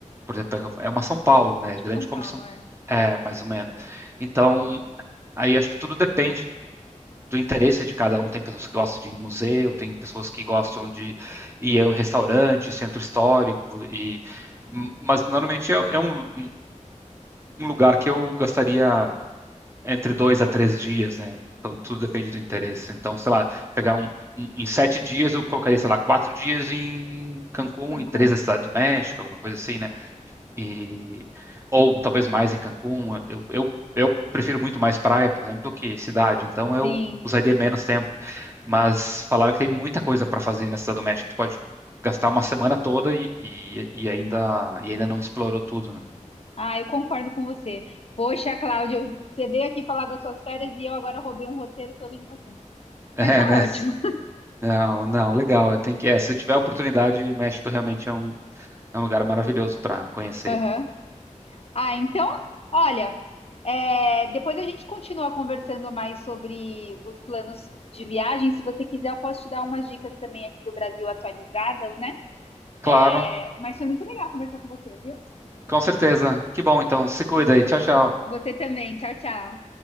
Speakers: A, on the right; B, on the left.
A: por exemplo, é uma São Paulo, né?
B: É tipo
A: Grande
B: São Paulo,
A: como São,
B: é.
A: é, mais ou menos. Então, aí acho que tudo depende do interesse de cada um. Tem pessoas que gostam de ir em museu, tem pessoas que gostam de ir a um restaurante, centro histórico, e mas normalmente é, é um, um lugar que eu gastaria entre dois a três dias, né? Então tudo depende do interesse. Então, sei lá, pegar um em em sete dias eu colocaria, sei lá, quatro dias em Cancún
B: Cancún,
A: e três na Cidade do México, alguma coisa assim, né? e ou talvez mais em Cancún. Eu, eu, eu prefiro muito mais praia, por exemplo, do que cidade, então eu
B: sim.
A: usaria menos tempo. Mas falaram que tem muita coisa para fazer na Cidade do México. Tu pode gastar uma semana toda e, e, e ainda e ainda não explorou tudo, né?
B: Ah, eu concordo com você. Poxa, Cláudio, você veio aqui falar das suas férias e eu agora roubei um roteiro todo de você.
A: <laughs> É,
B: Mas tá
A: né?
B: ótimo.
A: Não, não, legal. é, Tem que, é, se tiver oportunidade, México realmente é um, é um lugar maravilhoso para conhecer.
B: Aham. Ah, então, olha, é, depois a gente continua conversando mais sobre os planos de viagem. Se você quiser, eu posso te dar umas dicas também aqui do Brasil atualizadas, né?
A: Claro,
B: É, Mas foi muito legal conversar com você, viu?
A: com certeza. Que bom, então. Se cuida aí. Tchau, tchau.
B: Você também. Tchau, tchau.